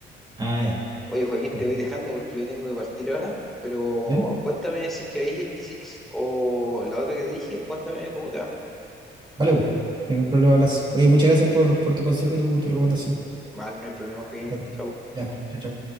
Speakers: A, on the right (about 25°); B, in the centre.
A: Ah, ya.
B: Oye, Joaquín,
A: per-
B: te voy dejando porque yo tengo que partir ahora, pero
A: Ya,
B: cuéntame si es que veis 86 o la otra que te dije, cuéntame cómo te va.
A: vale, po. Ningún problema, hablas. Oye, muchas gracias por, por tu consejo y tu, tu recomendación.
B: Vale, no hay problema, Joaquín.
A: Bastante.
B: Chau.
A: Ya, chao, chao.